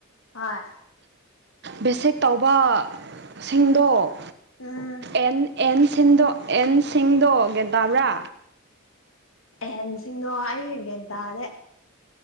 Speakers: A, on the left; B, on the right.
A: ꯍꯣꯏ
B: ꯕꯦꯁꯤꯛ ꯇꯧꯕ ꯁꯤꯡꯗꯣ
A: ꯎꯝ
B: ꯑꯦꯟ ꯑꯦꯟꯁꯤꯡꯗ ꯑꯦꯟ ꯁꯤꯡꯗꯣ ꯒꯦꯇꯥꯕ꯭ꯔꯥ
A: ꯑꯍꯦꯟꯁꯤꯡꯗꯣ ꯑꯩ ꯒ꯭ꯌꯥꯟ ꯇꯥꯔꯦ